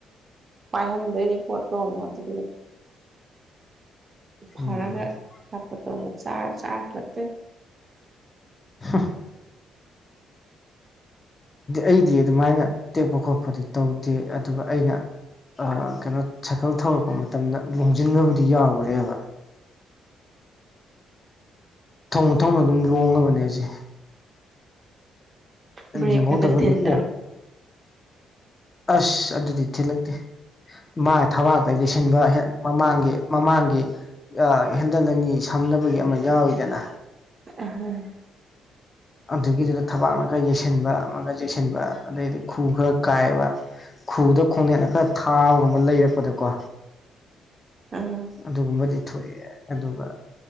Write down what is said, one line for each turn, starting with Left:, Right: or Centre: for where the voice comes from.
Right: ꯄꯥꯏꯍꯟꯗꯣꯏꯅꯦ ꯄꯣꯠꯇꯣꯃꯣ ꯑꯗꯨꯗꯨꯒ
Left: ꯎꯝ
Right: ꯐꯔꯒ ꯀꯞꯄꯣꯠꯇꯣ ꯑꯃꯨꯛ ꯆꯔꯥ ꯆꯔꯥ ꯍꯜꯂꯛꯇꯦ
Left: <unintelligible> ꯑꯩꯗꯤ ꯑꯗꯨꯃꯥꯏꯅ ꯇꯦꯛꯄ ꯈꯣꯠꯄꯗꯤ ꯇꯧꯗꯦ ꯑꯗꯨꯒ ꯑꯩꯅ ꯀꯩꯅꯣ ꯁꯥꯏꯀꯜ ꯊꯧꯔꯛꯄ ꯃꯇꯝꯗ ꯂꯣꯡꯁꯤꯟꯕꯕꯨꯗꯤ ꯌꯥꯎꯒꯔꯦꯕ
Right: <unintelligible>
Left: ꯊꯧꯅ ꯊꯧꯅ ꯑꯗꯨꯝ ꯂꯣꯡꯉꯕꯅꯦ ꯑꯩꯁꯦ
Right: ꯕꯔꯦꯛ
Left: ꯌꯦꯡꯍꯧꯗꯕꯒꯤ
Right: ꯅꯒ ꯊꯤꯟꯗ꯭ꯔꯥ
Left: ꯑꯣꯛ ꯑꯁ ꯑꯗꯨꯗꯤ ꯊꯤꯂꯛꯇꯦ ꯃꯥ ꯊꯕꯥꯛꯇ ꯌꯩꯁꯤꯟꯕ ꯃꯃꯥꯡꯒꯤ ꯃꯃꯥꯡꯒꯤ ꯍꯦꯟꯗꯜꯂꯅꯤ ꯁꯝꯅꯕꯒꯤ ꯑꯃ ꯌꯥꯎꯋꯤꯗꯅ
Right: <unintelligible>
Left: ꯑꯗꯨꯒꯤꯗꯨꯗ ꯊꯕꯥꯛꯅ ꯈꯔ ꯌꯩꯁꯤꯟꯕ ꯑꯃꯒ ꯌꯩꯁꯤꯟꯕ ꯑꯗꯩꯗꯤ ꯈꯨ ꯈꯔ ꯀꯥꯏꯕ ꯈꯨꯗ ꯈꯣꯡꯅꯦꯠꯅ ꯈꯔ ꯊꯥꯕꯒꯨꯝꯕ ꯂꯩꯔꯛꯄꯗꯀꯣ
Right: ꯎꯝ
Left: ꯑꯗꯨꯒꯨꯝꯕꯗꯤ ꯊꯣꯛꯑꯦ ꯑꯗꯨꯒ